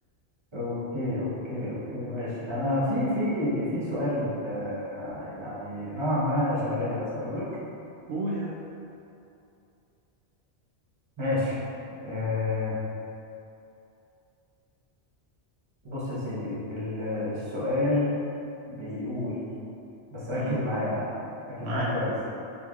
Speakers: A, on the right; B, on the right.
A: اوكي اوكي اوكي ماشي انا في في في سؤال آه، يعني نوعا ما شغال اساله لك
B: قول يا عم
A: ماشي آه، بص يا سيدي ال- السؤال بيقول بس
B: مم،
A: ركز معايا ها ركز
B: معاك
A: معايا كويس